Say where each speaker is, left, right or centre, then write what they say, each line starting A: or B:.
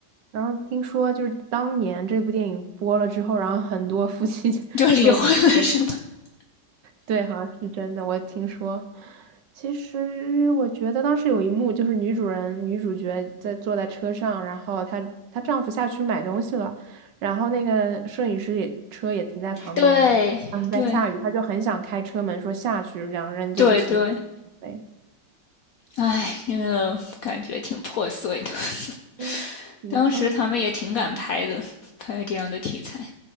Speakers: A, on the right; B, on the left.
A: 然后听说就是当年这部电影播了之后，然后很多夫妻就
B: 就离婚了是吗？
A: 婚，<laughs> 我
B: <laughs>
A: 对，好像是真的，我听说。其实我觉得当时有一幕就是女主人女主角在坐在车上，然后她她丈夫下去买东西了，然后那个摄影师也车也停在旁边，
B: 对对对
A: 当时在下雨，她就很想开车门说下去，两个人就一起
B: 对。对对
A: 飞。
B: 唉，那个感觉挺破碎的。
A: 嗯，
B: <laughs>
A: 怎么说呢？
B: 当时他们也挺敢拍的，
A: 嗯
B: 拍这样的题材。